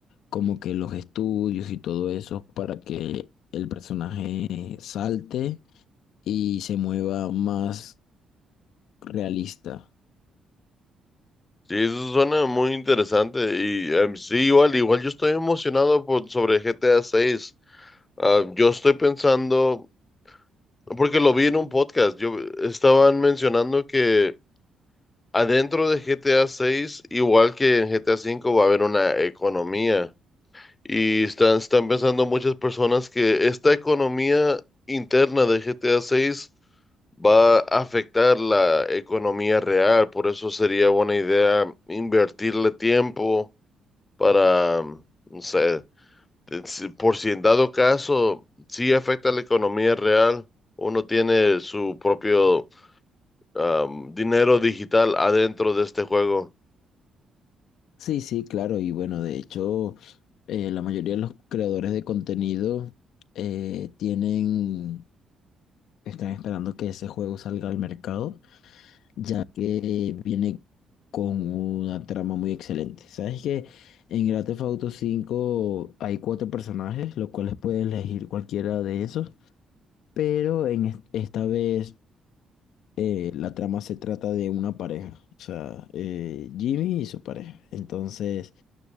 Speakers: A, on the left; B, on the left.
A: como que los estudios y todo eso para que el personaje salte y se mueva más Realista.
B: Sí, eso suena muy interesante. Y em, sí, igual, igual yo estoy emocionado por, sobre GTA 6. yo estoy pensando, porque lo vi en un podcast, yo estaban mencionando que adentro de GTA 6, igual que en GTA 5, va a haber una economía. Y están, están pensando muchas personas que esta economía interna de GTA 6 va a afectar la economía real, por eso sería buena idea invertirle tiempo para, mm, no sé, de- si- por si en dado caso sí afecta a la economía real, uno tiene su propio am, dinero digital adentro de este juego.
A: Sí, sí, claro. Y bueno, de hecho, eh, la mayoría de los creadores de contenido eh, tienen, están esperando que ese juego salga al mercado, ya que viene con una trama muy excelente. Sabes que en Grand Theft Auto 5 hay cuatro personajes, los cuales puedes elegir cualquiera de esos, pero en es- esta vez eh, la trama se trata de una pareja, o sea, eh, Jimmy y su pareja. Entonces...